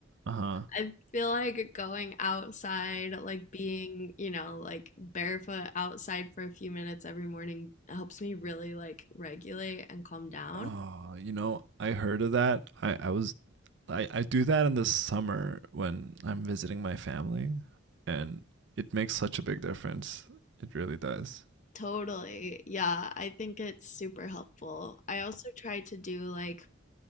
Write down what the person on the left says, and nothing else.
I feel like going outside, like being, you know, like barefoot outside for a few minutes every morning helps me really like regulate and calm down.
Totally. Yeah, I think it's super helpful. I also try to do like